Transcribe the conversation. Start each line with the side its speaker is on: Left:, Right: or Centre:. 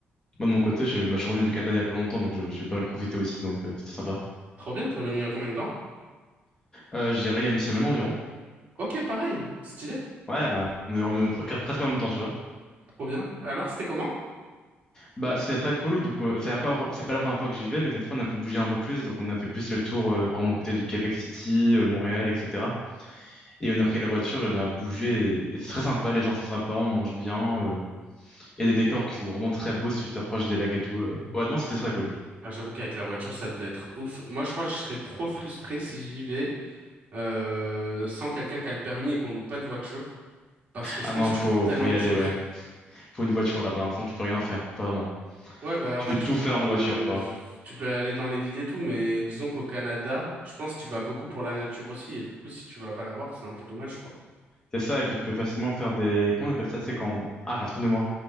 Left: Moi, de mon côté, je, bah, je suis revenu du Canada il y a pas longtemps, donc je, je vais pas mal profiter aussi, donc euh, c'était sympa.
Right: Trop bien, t'es revenu il y a combien de temps?
Left: Euh, je dirais il y a une semaine environ.
Right: Ok, pareil, stylé,
Left: Ouais, bah, on est revenu <laughs> pre- presque en même temps, tu vois.
Right: trop bien. Alors, c'était comment?
Left: Bah, c'est très cool, du coup, c'est pas, c'est pas la première fois que j'y vais, mais cette fois, on a pu bouger un peu plus, donc on a fait plus le tour, euh, par exemple, aux côtés du Québec City, euh, Montréal, etc. Et on a pris la voiture et on a bougé, et c'est très sympa, les gens sont très sympas, on mange bien, euh, il y a des décors qui sont vraiment très beaux si tu t'approches des lacs et tout. Euh. Honnêtement, c'était très cool.
Right: Bah, j'avoue qu'avec la voiture, ça devait être ouf. Moi, je crois que je serais trop frustré si j'y vais euh, sans quelqu'un qui a le permis et qu'on loue pas de voiture. Parce que je
Left: Ah
Right: pense
Left: non,
Right: que
Left: faut,
Right: tu loupes tellement
Left: faut y
Right: de
Left: aller,
Right: choses.
Left: ouais. faut une voiture là-bas, enfin tu peux rien faire, vraiment.
Right: Ouais, bah
Left: Tu
Right: en fait
Left: peux tout
Right: tu peux
Left: faire en voiture, quoi.
Right: tu peux aller dans les villes et tout, mais disons qu'au Canada, je pense que tu vas beaucoup pour la nature aussi, et du coup si tu vas pas la voir, c'est un peu dommage quoi.
Left: C'est ça, et puis tu peux facilement faire des... Comment on appelle ça, tu sais, quand... on- Ah, j'ai un trou de mémoire.